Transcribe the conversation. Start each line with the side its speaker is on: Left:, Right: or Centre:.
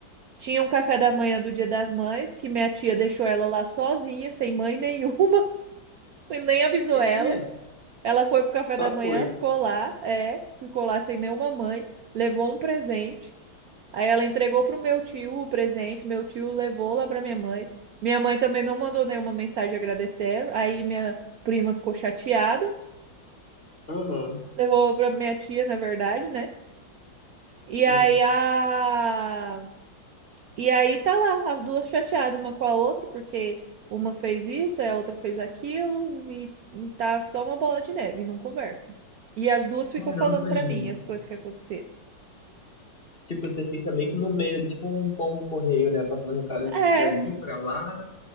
Right: Tinha um café da manhã do Dia das Mães, que minha tia deixou ela lá sozinha, sem mãe nenhuma, <laughs> e nem avisou
Left: E,
Right: ela.
Left: e,
Right: Ela foi pro café
Left: só
Right: da manhã,
Left: foi.
Right: ficou lá, é, ficou lá sem nenhuma mãe, levou um presente. Aí ela entregou pro meu tio o presente, meu tio levou lá pra minha mãe. Minha mãe também não mandou nenhuma mensagem agradecendo. Aí minha prima ficou chateada,
Left: Aham,
Right: levou pra minha tia, na verdade, né? E
Left: sim.
Right: aí a E aí tá lá, as duas chateadas uma com a outra, porque uma fez isso, a outra fez aquilo, e tá só uma bola de neve, não conversa. E as duas ficam
Left: Caramba,
Right: falando pra
Left: gente.
Right: mim as coisas que aconteceram.
Left: Tipo, você fica meio que no meio, ali, tipo um pombo correio, né? Passando recado
Right: É,
Left: dali pra lá,